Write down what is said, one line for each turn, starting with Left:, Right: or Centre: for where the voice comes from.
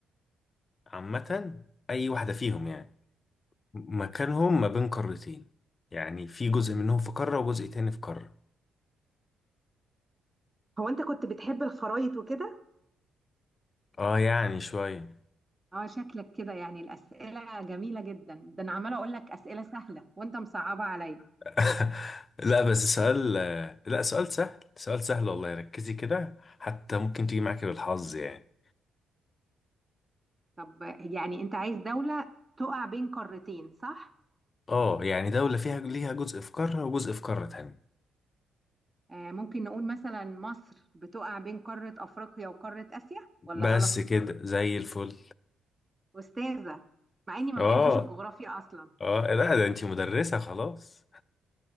Left: عامة اي واحدة فيهم يعني مكانهم ما بين قارتين يعني في جزء منهم في قارة وجزء تاني في قارة
Right: هو انت كنت بتحب الخرايط وكده
Left: اه يعني شوية
Right: اه شكلك كده يعني الاسئله جميله جدا ده انا عماله اقول لك اسئله سهله وانت مصعبه عليا
Left: <laughs> لا بس سؤال آه، لا سؤال سهل سؤال سهل والله ركزي كده حتى ممكن تيجي معاكي بالحظ يعني
Right: طب يعني انت عايز دوله تقع بين قارتين صح
Left: اه يعني دولة فيها ليها جزء في قارة وجزء في قارة تانية
Right: آه ممكن نقول مثلا مصر بتقع بين قاره افريقيا وقاره اسيا ولا
Left: بس
Right: غلط
Left: كده زي الفل
Right: استاذه مع اني ما
Left: اه
Right: بحبش الجغرافيا اصلا
Left: اه لا ده انتي مدرسة خلاص